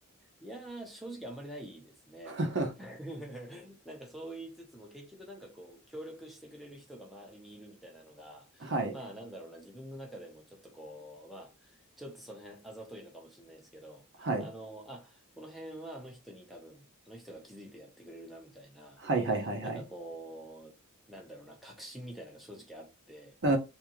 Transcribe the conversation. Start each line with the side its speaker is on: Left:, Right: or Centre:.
Centre: いやー、正直あんまりないですね。
Right: <laughs>
Centre: <laughs> なんかそう言いつつも結局なんかこう協力してくれる人が周りにいるみたいなのがまあなんだろうな自分の中でもちょっとこうまあちょっとその辺あざといのかもしれないですけどあのあこの辺はあの人に多分あの人が気づいてやってくれるなみたいな
Right: はい。はい。はいはいはいはい。
Centre: なんかこうなんだろうな確信みたいなのが正直あって
Right: うー